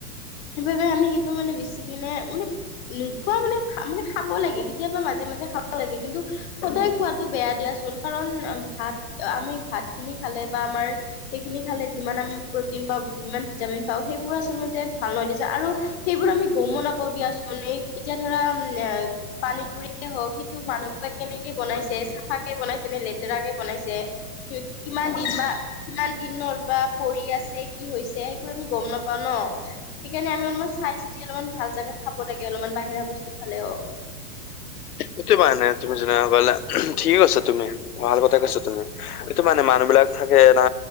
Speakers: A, on the left; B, on the left.
A: হেবাবে আমি হেবোৰ মানে বেচি কিনে মানে নোখোৱা মানে খা, মানে খাব লাগে, কেতিয়াবা মাজে মাজে খাব লাগে কিন্তু সদায় খোৱাটো বেয়া দিয়া চোন কাৰণ ভাত, আমি ভাত খিনি খালে বা আমাৰ সেইখিনি খালে যিমান আমি প্ৰটিন পাওঁ, যিমান ভিটামিন পাওঁ সেইবোৰ আচলতে ভাল নহয় দিয়াচো আৰু সেইবোৰ আমি গমো নাপাওঁ দিয়াচোন। এই এতিয়া ধৰা উম এ পানীপুৰি হওঁক সিটো মানুহটোৱে কেনেকে বনাইছে, চাফা কে বনাইছে নে লেতেৰাকে বনাইছে। কি-কি কিমান দিন বা, কিমান দিনৰ পা পৰি আছে, কি হৈছে হেইবোৰ আমি গম নাপাওঁ ন। সেকাৰণে আমি অলমান চাই চিতি অলমান ভাল জাগাত খাব লাগে অলমান বাহিৰা বস্তু খালেও। <inaudible>
B: এটো মানে তুমি যেনেকে কলা ঠিকে কৈছা তুমি, ভাল কথা কৈছা তুমি, এটো মানে মানুহ বিলাক থাকে না